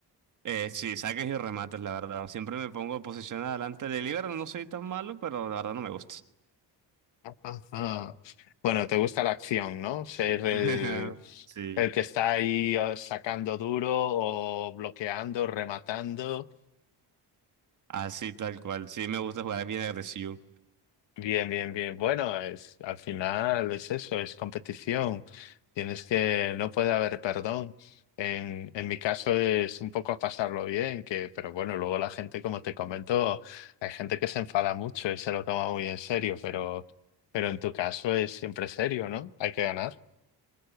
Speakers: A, on the right (about 45°); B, on the left (about 80°).
A: Eh, sí, saques y remates, la verdad. Siempre me pongo en posición adelante de libero, no soy tan malo, pero la verdad no me gusta.
B: Ajá. Bueno, te gusta la acción, ¿no? Ser el,
A: <laughs> Sí,
B: el que está ahí eh, sacando duro o bloqueando, rematando.
A: así tal cual. Sí, me gusta jugar bien agresivo.
B: Bien, bien, bien. Bueno, es, al final es eso, es competición. Tienes que, no puede haber perdón. En, en mi caso es un poco a pasarlo bien, que, pero bueno, luego la gente, como te comento, hay gente que se enfada mucho y se lo toma muy en serio, pero, pero en tu caso es siempre serio, ¿no? Hay que ganar.